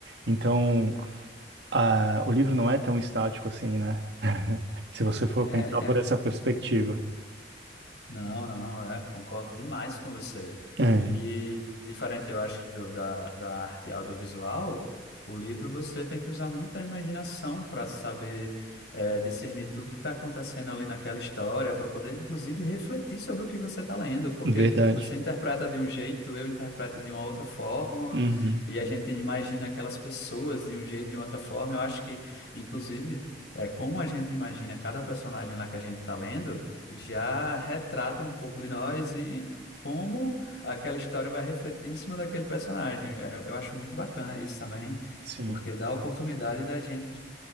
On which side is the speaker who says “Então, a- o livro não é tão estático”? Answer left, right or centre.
Right